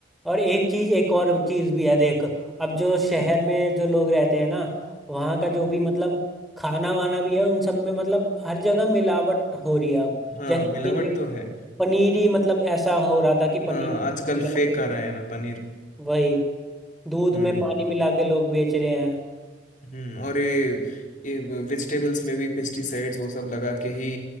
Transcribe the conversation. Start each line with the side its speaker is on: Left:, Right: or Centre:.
Centre: और एक चीज एक और चीज भी है देख अब जो शहर में जो लोग रहते हैं ना वहाँ का जो भी मतलब खाना वाना भी है उन सब में मतलब हर जगह मिलावट हो रही है अब
Left: हाँ
Centre: जैसे
Left: मिलावट
Centre: अभी देख
Left: तो है
Centre: पनीर ही मतलब ऐसा हो रहा था कि
Left: हाँ
Centre: पनीर
Left: आजकल
Centre: मिला
Left: फेक
Centre: के
Left: आ रहा है ना पनीर
Centre: वही दूध
Left: हम्म
Centre: में पानी मिला के लोग बेच रहे हैं।
Left: हम्म और ये ये वेजिटेबल्स में भी पेस्टिसाइड्स वो सब लगा के ही